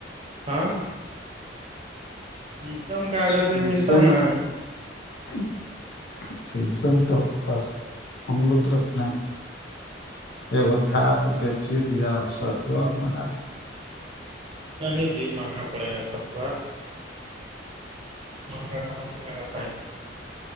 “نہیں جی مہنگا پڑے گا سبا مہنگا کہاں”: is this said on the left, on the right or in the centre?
Right